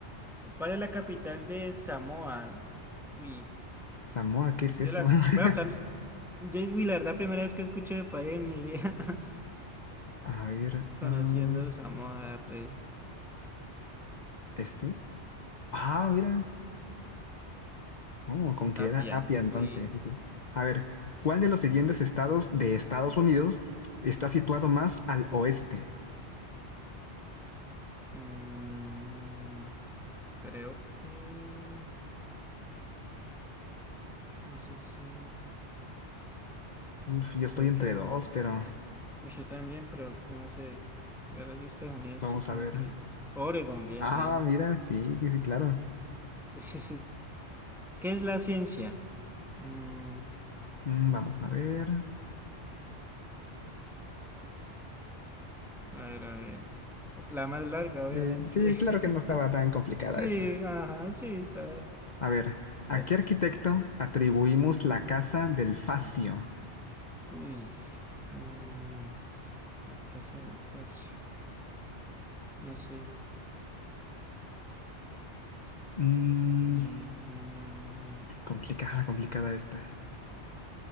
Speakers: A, in the centre; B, on the left.
A: ¿Cuál es la capital de Samoa? Uy,
B: Samoa, ¿qué es
A: yo
B: eso?
A: la
B: <laughs>
A: voy a buscar. Yo, uy, la verdad, primera vez que escucho de país en mi vida, <laughs>
B: A ver,
A: conociendo
B: ah,
A: Samoa, vea, pues,
B: este. Ah, mira. Oh, con que
A: Apia.
B: era Apia entonces,
A: Uy,
B: sí, sí. A ver, ¿cuál de los siguientes estados de Estados Unidos está situado más al oeste?
A: mm, creo que. No sé si.
B: Uf, yo estoy
A: Creo
B: entre
A: que.
B: dos,
A: Or-
B: pero
A: uy, Yo también, pero no sé. La verdad, yo Estados Unidos,
B: vamos
A: sí, como
B: a ver.
A: que. Oregon, bien,
B: Ah,
A: bien.
B: mira, sí, sí, sí, claro.
A: <laughs> ¿Qué es la ciencia? Mm,
B: Mm, vamos a ver.
A: A ver, a ver. La más larga, obviamente.
B: Eh, sí, claro
A: <laughs>
B: que no estaba tan complicada
A: Sí,
B: esta.
A: ajá, sí, está.
B: A ver, ¿a
A: de-
B: qué arquitecto atribuimos la casa del Facio?
A: Uy. eh, la casa del espacio. No sé.
B: Mm,
A: Mm,
B: complicada, complicada esta.